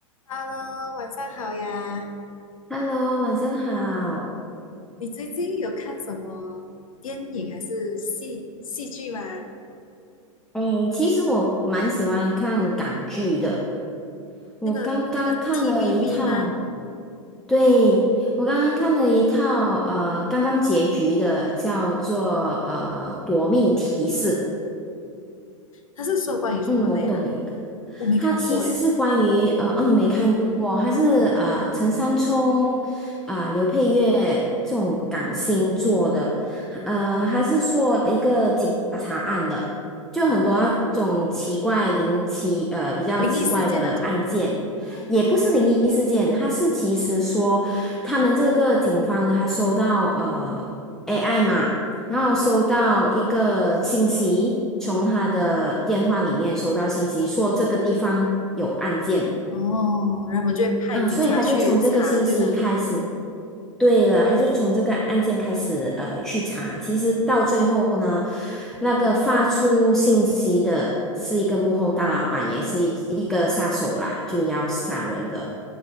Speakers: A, on the left; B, in the centre.
A: Hello，晚上好呀！
B: Hello，晚上好。
A: 你最近有看什么电影还是戏戏剧吗？
B: 哎，其实我蛮喜欢看港剧的。我刚刚看了一套，
A: 那个那个 TVB 吗？
B: 对，我刚刚看了一套，呃，刚刚结局的，叫做呃《夺命提示》。
A: 他是说关于什么的呀？
B: 嗯，我不懂你有
A: 我没看过诶，
B: 它其实是关于呃哦，你没看过哦，它是呃陈山聪啊、刘佩玥这种港星做的，呃，它是说一个警察案的，就很多那种奇怪灵奇呃比较奇怪的案件。
A: 灵异事件那种吗？哦，
B: 也不是灵异事件，它是其实说他们这个警方呢，他收到呃 AI 嘛，然后收到一个信息，从他的电话里面收到信息，说这个地方有案件
A: 嗯，哦，然后我们就会派警察去查，
B: 啊，所以他就从这个信息开始。
A: 对吧？
B: 对了，他就从这个案件开始呃去查，其实到最后呢，那个发出信息的是一个幕后大老板，也是一一个杀手啦，就要杀人的。